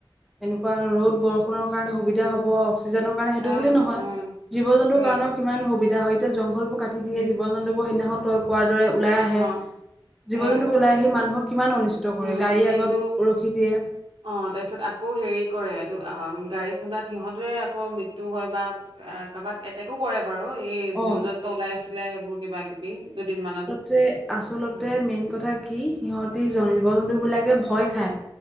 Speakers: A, in the centre; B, on the right.
A: এনেকুৱা ৰ'দ, বৰষুণৰ কাৰণে সুবিধা হ'ব অক্সিজেনৰ কাৰণ
B: সেয়াও
A: সেইটো বুলি নহয়,
B: উম
A: জীৱ-জন্তুৰ
B: সেয়াই
A: কাৰণেও কিমান সুবিধা হয় এতিয়া জংঘলবোৰ কাটি দিয়ে
B: উম
A: জীৱ-জন্তুবোৰ সেইদিনাখন তই কোৱাৰ দৰে ওলাই আহে,
B: অ
A: জীৱ-জন্তুবোৰ
B: সেয়াই
A: ওলাই আহি মানুহক কিমান অনিষ ষ্ট কৰে
B: উম,
A: গাড়ী
B: কিন্তু
A: আগত, ৰখি দিয়ে।
B: অ', তাৰপিছত আকৌ হেৰি কৰে এইটো আহ গাড়ী খুন্দাত সিহঁতৰে আকৌ মৃত্যু হয় বা আহ কাবাক এটেকো কৰে বাৰু ই
A: অ
B: নিউজতো ওলাই আছিলে সেইবোৰ কিবা কিবি দুদিনমানত।
A: যে আচলতে
B: অ',
A: মেইন কথা কি সিহঁতি জ - জীৱ জন্তুবিলাকে ভয় খায়